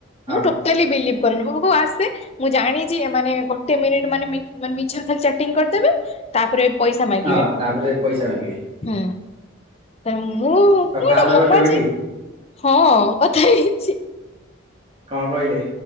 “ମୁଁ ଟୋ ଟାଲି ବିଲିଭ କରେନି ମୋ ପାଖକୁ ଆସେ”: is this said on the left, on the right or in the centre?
Left